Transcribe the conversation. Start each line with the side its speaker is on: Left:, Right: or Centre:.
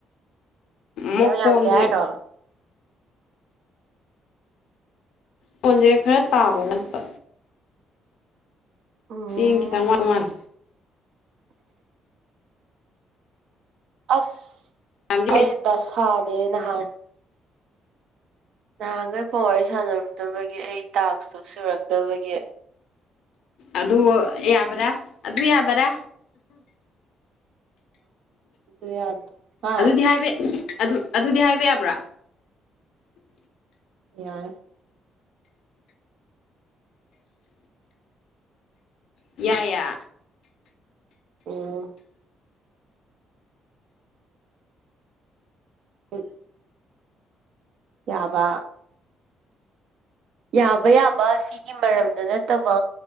Left: ꯃꯐꯣꯟꯁꯦ
Right: ꯌꯥꯝ ꯌꯥꯝꯗꯦ ꯍꯥꯏꯔꯣ
Left: ꯐꯣꯟꯁꯦ ꯐꯣꯟꯖꯦ ꯈꯔ ꯇꯥꯕ ꯋꯥꯠꯄ
Right: ꯎꯝ
Left: ꯆꯦꯡ ꯈꯤꯇꯪ ꯋꯥ ꯃꯥꯜꯂ
Right: ꯑꯁ
Left: ꯌꯥꯝꯁꯤꯅꯦ
Right: ꯑꯩ ꯗꯁꯥꯅꯦ ꯅꯍꯥꯟ ꯅꯍꯥꯟꯒꯩ ꯐꯥꯎ ꯋꯥꯔꯤ ꯁꯥꯟꯅꯔꯨꯗꯕꯒꯤ ꯑꯩ ꯇꯥꯛꯁꯇꯣ ꯁꯨꯔꯛꯇꯕꯒꯤ
Left: ꯑꯗꯨ ꯌꯥꯕ꯭ꯔꯥ ꯑꯗꯨ ꯌꯥꯕꯔꯥ
Right: ꯑꯗꯨ ꯌꯥꯗꯦ ꯍꯥ
Left: ꯑꯗꯨꯗꯤ ꯍꯥꯏꯕ ꯑꯗꯨ ꯑꯗꯨꯗꯤ ꯍꯥꯏꯕ ꯌꯥꯕ꯭ꯔꯥ
Right: ꯌꯥꯏ
Left: ꯌꯥꯏ ꯌꯦ
Right: ꯑꯣ ꯎꯝ ꯌꯥꯕ ꯌꯥꯕ ꯌꯥꯕ ꯁꯤꯒꯤ ꯃꯔꯝꯗ ꯅꯠꯇꯕ